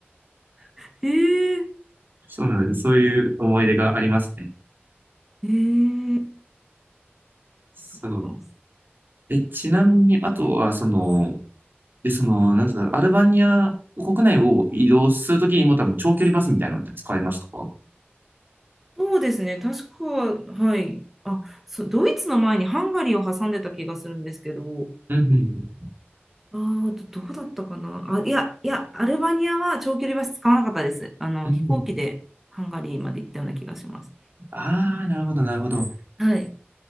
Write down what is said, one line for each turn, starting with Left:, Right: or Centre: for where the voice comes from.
Centre: <laughs> へえ、
Right: そうなんです。そういう思い出がありますね。
Centre: へえ、
Right: そう。
Centre: そっか。
Right: え、ちなみに、あとは、その、で、その、なんとか、アルバニア国内を移動するときにも多分長距離バスみたいなのって使いましたか
Centre: そうですね、確か、はい。あ、そドイツの前にハンガリーを挟んでた気がするんですけど、
Right: うんうん。
Centre: あー、ど、どうだったかな。あ、いや、いや、アルバニアは長距離バス使わなかったです。あの、
Right: うんうん。
Centre: 飛行機でハンガリーまで行ったような気がします。
Right: ああ、なるほど、なるほど。
Centre: はい。